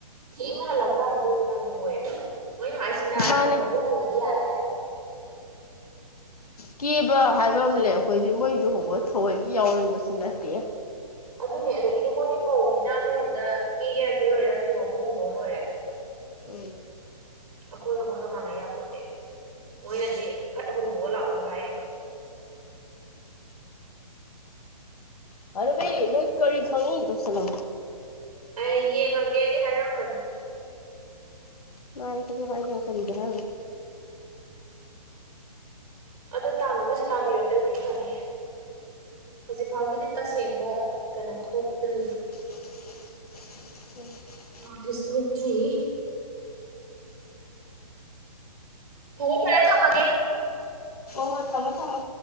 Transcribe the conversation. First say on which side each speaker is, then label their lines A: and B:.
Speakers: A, on the right; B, on the left.
A: ꯊꯦꯡꯅ ꯍꯜꯂꯛ ꯇꯥꯔꯗꯤ ꯅꯪꯉꯣꯏꯕ ꯃꯣꯏꯅ ꯍꯥꯏꯁꯤꯅ
B: ꯃꯥꯅꯦ
A: ꯊꯤꯟꯕꯕꯨ ꯅꯪꯉꯗꯤ ꯌꯥꯔꯦ꯫
B: ꯀꯦꯕ ꯍꯥꯏꯕ ꯑꯃ ꯂꯩ ꯑꯩꯈꯣꯏꯗꯤ ꯃꯣꯏ ꯂꯨꯍꯣꯡꯕ ꯊꯑꯣꯏꯀꯤ ꯌꯥꯎꯕꯁꯨ ꯅꯠꯇꯦ꯫
A: ꯑꯗꯨꯅꯦ ꯑꯗꯒꯤꯗꯤ ꯃꯣꯏꯗꯤ ꯃꯧꯅꯤꯅ ꯑꯃꯔꯣꯝꯗ ꯀꯦꯒꯦꯔꯥ ꯀꯦꯔꯣꯏꯔꯥ ꯐꯤꯔꯣꯟ ꯑꯃ ꯍꯣꯡꯗꯣꯛꯑ ꯂꯣꯏꯔꯦ꯫
B: ꯑꯁ꯫
A: ꯑꯩꯈꯣꯏꯒ ꯃꯣꯏꯒ ꯃꯥꯟꯅ ꯌꯥꯄꯣꯠꯇꯦ ꯃꯣꯏꯅꯗꯤ ꯐꯠ ꯍꯣꯡꯗꯣꯛꯑ ꯂꯥꯛꯎ ꯍꯥꯏꯔꯤꯕ꯫
B: ꯍꯅꯨꯕꯤ ꯅꯣꯏ ꯀꯔꯤ ꯈꯪꯉꯤ ꯇꯧꯁꯜꯂꯣ꯫
A: ꯑꯩ ꯌꯦꯡꯉꯒꯦꯗꯤ ꯍꯥꯏꯔꯝꯕꯅꯤ꯫
B: ꯃꯥꯥꯅꯤ ꯑꯗꯨ ꯍꯥꯏꯗꯅ ꯀꯔꯤꯗ ꯍꯥꯏꯔꯨꯅꯤ꯫
A: ꯑꯗꯣ ꯇꯥꯡ ꯑꯃꯁꯦ ꯇꯥꯕꯤꯔꯛꯇ꯭ꯔꯗꯤ ꯐꯅꯤ꯫ ꯍꯧꯖꯤꯛ ꯐꯥꯎꯒꯤꯗꯤ ꯇꯁꯦꯡꯕ ꯀꯩꯅꯣ ꯊꯣꯛꯇ꯭ꯔꯤ꯫
B: <inaudible>
A: ꯅꯣꯇꯤꯁ ꯊꯣꯛꯇ꯭ꯔꯤ꯫ ꯐꯔꯦ ꯐꯔꯦ ꯊꯝꯃꯒꯦ꯫
B: ꯍꯣꯏ ꯊꯝꯃꯣ ꯊꯝꯃꯣ꯫